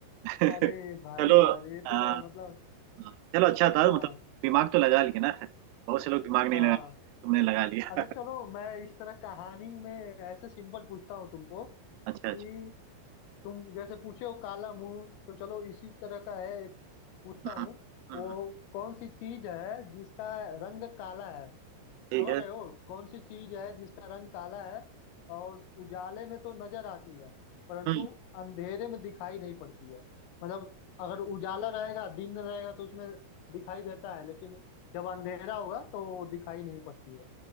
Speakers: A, on the right; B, on the left.
A: <laughs>
B: अरे भाई
A: चलो
B: यार ये
A: हाँ,
B: तो मतलब
A: हाँ, चलो अच्छा था
B: हाँ
A: मतलब दिमाग तो लगा लिए ना बहुत से लोग दिमाग नहीं
B: हाँ
A: लगा पाते, तुमने लगा लिया
B: अच्छा चलो मैं इस तरह कहानी में ऐसे सिंपल पूछता हूँ तुमको
A: अच्छा अच्छा
B: कि तुम जैसे पूछे हो काला मुंह तो चलो इसी तरह का है एक पूछता
A: हम्म,
B: हूँ
A: हम्म,
B: वो कौन सी चीज है जिसका रंग काला है
A: ठीक
B: समझ
A: है
B: रहे हो कौन सी चीज है जिसका रंग काला है और उजाले में तो नजर आती है परंतु
A: हम्म,
B: अंधेरे में दिखाई नहीं पड़ती है मतलब अगर उजाला रहेगा दिन रहेगा तो उसमें दिखाई देता है लेकिन जब अंधेरा होगा तो दिखाई नहीं पड़ती है